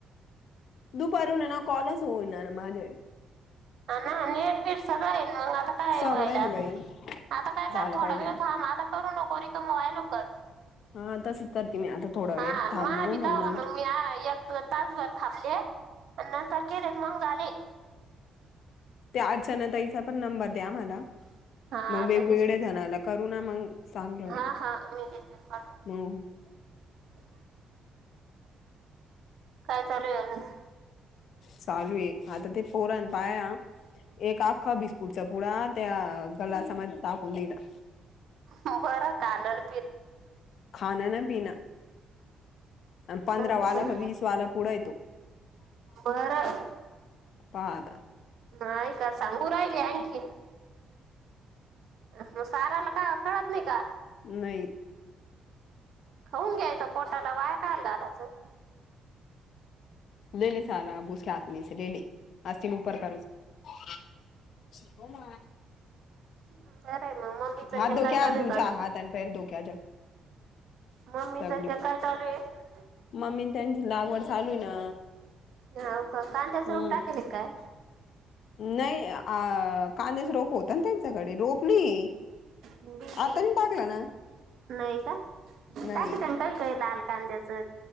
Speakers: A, on the left; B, on the right.
A: दुपार होईना कॉलच होइना माझे
B: ह ना नीट बीड सग येन मग आता काय
A: सगळं
B: व्हयला.
A: आहे ना बाई
B: आता काय
A: झालं
B: कर थोडा
A: पाहिजे
B: वेळ
A: ना
B: थांब आता करू नको रीकाम <unintelligible> कर.
A: हा आता करते मी थोडा वेळ
B: हा मा
A: थांबून
B: भीतावा
A: आणि नंतर
B: ना मी एक तासभर थांबले. नंतर केलेत मग झाले.
A: त्या अर्चनाताईचा पण नंबर द्या मला
B: <inaudible> हा
A: मग वेगवेगळ्या
B: लगेच
A: जणाला करू ना मग सांगलो मी
B: हा हा मी देेते पाठवून
A: मग
B: काय चालू आहे अजून?
A: चालू आहे आता ते पोरन पाया एक आख्खा बिस्कुटचा पुढ त्या गला समाज टाकून दिला.
B: हो. बर कालर
A: खाणं ना पिनं आणि पंधरा
B: जाऊ दे
A: वाला
B: पण
A: वीस वाला पुढं येतो.
B: बरं
A: पाद
B: नाही का सांगू राहिले आणखीन मग साराला का कळत नाही का
A: नाही.
B: खाऊन घ्यायचं पोटाला वाया का घालाचं.
A: गेले सारा <unintelligible> गेली. आज तिन परकासचं शिवमा
B: <inaudible> मम्मीचं
A: हात
B: ते
A: धेक्या
B: काय चालू
A: <unintelligible>
B: आहे का
A: हात आणि पेर धोके च्या र
B: मम्मीचं
A: सगळी
B: ते काय चालू आहे
A: मम्मी त्यांची लागवड चालू हाय ना
B: ह कांद्याचं
A: हम्म
B: रूप टाकेल काय?
A: नाही. अ कांद्याच रोप होत ना त्यांच्याकडे रोप नाही.
B: बी
A: आता
B: बी
A: नाही टाकला ना
B: नाही का त्यां
A: नाही
B: काही काय लागल कांद्याचं